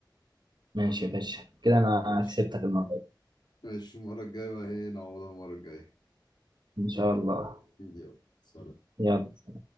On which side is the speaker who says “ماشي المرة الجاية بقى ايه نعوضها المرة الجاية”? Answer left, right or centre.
Left